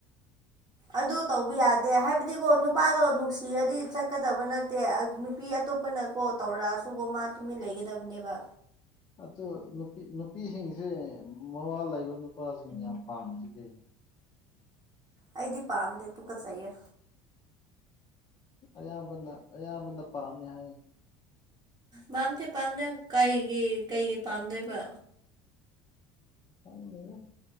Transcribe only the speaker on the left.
ꯑꯗꯨ ꯅꯨꯄꯤ ꯅꯨꯄꯤꯁꯤꯡꯁꯦ ꯃꯋꯥꯥ ꯂꯩꯕ ꯅꯨꯄꯥꯁꯤꯡ ꯌꯥꯝ ꯄꯥꯝꯃꯤꯁꯤ ꯀꯩ
ꯑꯌꯥꯝꯕꯅ ꯑꯌꯥꯝꯕꯅ ꯄꯥꯝꯃꯦ ꯍꯥꯏꯌꯦ꯫
ꯈꯪꯗꯦꯗ